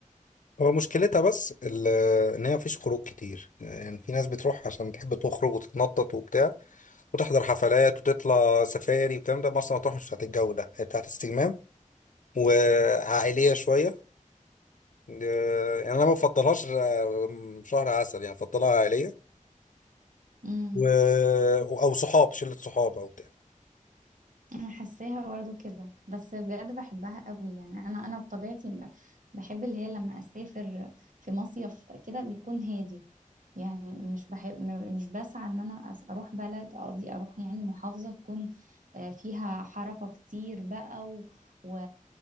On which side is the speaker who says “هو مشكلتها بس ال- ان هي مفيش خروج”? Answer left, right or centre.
Left